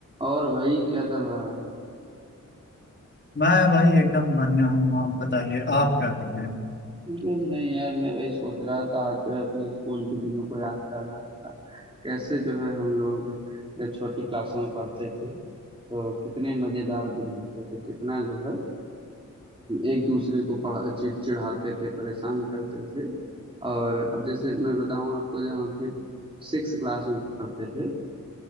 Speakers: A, on the right; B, on the left.
A: और भाई क्या चल रहा है
B: मैं भाई एकदम बढ़िया हूँ आप बताइए आप क्या कर रहे हो
A: कुछ नहीं यार मैं वही सोच रहा था आज जो है अपने स्कूल के दिनों को याद कर रहा था कैसे जो है हम लोग जब छोटी क्लासों में पढ़ते थे तो कितने मजेदार दिन होते थे कितना जो है एक दूसरे को पढ़ चिड़- चिढ़ाते थे परेशान करते थे और अब जैसे मैं बताऊं आपको जब हम फिर सिक्स क्लास में पढ़ते थे